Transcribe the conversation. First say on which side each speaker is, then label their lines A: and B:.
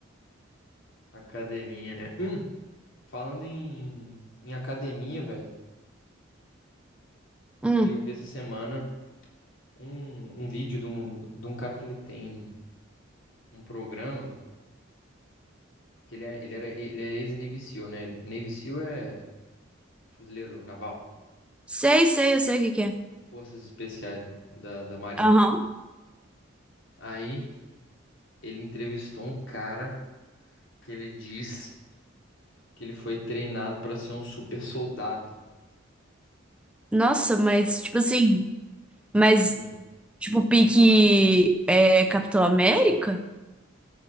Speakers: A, on the left; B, in the centre.
A: academia, né? Hum, falando em, em academia, velho,
B: Hum,
A: eu vi essa semana um, um vídeo de um, de um cara que ele tem um programa que ele é, ele era, ele é ex-Navy SEAL, né? Navy SEAL é fuzileiro naval,
B: sei, sei, eu sei o que que é.
A: forças especiais, né? Da, da Marinha.
B: Aham.
A: Aí ele entrevistou um cara que ele diz que ele foi treinado para ser um super soldado.
B: Nossa, mas,
A: Só que-
B: tipo assim, mas,
A: Hum.
B: tipo, pique é Capitão América?